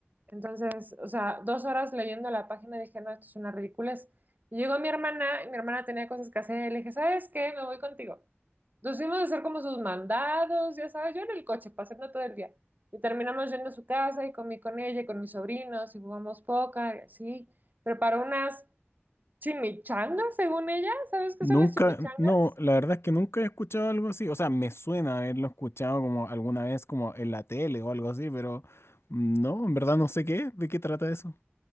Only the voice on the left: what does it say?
Nunca,
no, la verdad es que nunca he escuchado algo así. O sea, me suena haberlo escuchado como alguna vez como en la tele o algo así, pero no, en verdad no sé qué, es, de qué trata eso.